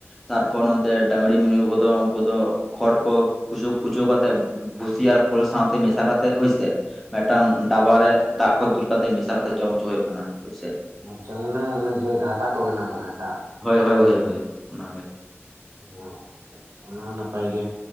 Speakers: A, in the centre; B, on the right.
A: ᱛᱟᱨᱯᱚᱨ ᱱᱚᱱᱛᱮ ᱰᱟᱝᱨᱤ ᱢᱤᱭᱦᱩ ᱠᱚᱫᱚ ᱩᱱᱠᱩ ᱫᱚ ᱠᱷᱚᱲ ᱠᱚ ᱠᱩᱪᱩ ᱠᱩᱪᱟᱹ ᱠᱟᱛᱮ ᱵᱷᱩᱥᱤ ᱟᱨ ᱠᱷᱳᱞ ᱥᱟᱶᱛᱮ ᱢᱮᱥᱟ ᱠᱟᱛᱮ ᱦᱳᱭ ᱥᱮ ᱛᱮᱫ ᱢᱤᱫᱴᱟᱝ ᱰᱟᱵᱟ ᱨᱮ ᱫᱟᱜᱽ ᱠᱚ ᱫᱩᱞ ᱠᱟᱛᱮᱫ ᱢᱮᱥᱟ ᱠᱟᱛᱮᱫ ᱡᱚᱢ ᱦᱚᱪᱚ ᱦᱳᱭᱳᱜ ᱠᱟᱱᱟ ᱦᱳᱭ ᱥᱮ।
B: ᱟᱪᱪᱷᱟ ᱚᱱᱮ ᱚᱱᱮ ᱡᱮ ᱜᱷᱟᱴᱟ ᱠᱚ ᱵᱮᱱᱟᱣ ᱫᱚ ᱜᱷᱟᱴᱟ
A: ᱦᱳᱭ ᱦᱳᱭ ᱦᱳᱭ ᱚᱱᱟ ᱜᱮ
B: ᱦᱮᱸ ᱟᱪᱷᱷᱟ ᱱᱟᱜ ᱱᱟᱯᱟᱭ ᱜᱮ